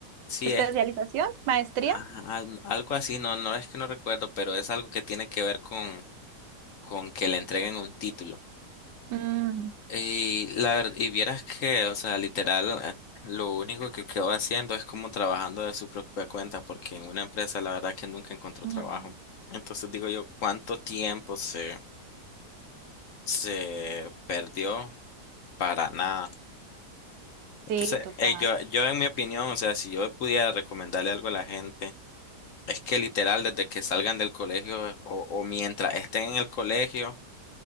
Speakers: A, on the left; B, on the right.
A: sí,
B: especialización,
A: es
B: maestría.
A: ajá, al- algo así, no, no es que no recuerdo, pero es algo que tiene que ver con, con que le entreguen un título.
B: Ujú,
A: Y la verdad, y vieras que, o sea, literal, eh, lo único que quedó haciendo es como trabajando de su propia cuenta, porque en una empresa la verdad que nunca encontró
B: ujú.
A: trabajo. Entonces digo yo, ¿cuánto tiempo se, se perdió para nada? Entonces,
B: Sí, total.
A: eh, yo, yo en mi opinión, o sea, si yo pudiera recomendarle algo a la gente, es que literal desde que salgan del colegio eh, o, o mientras estén en el colegio,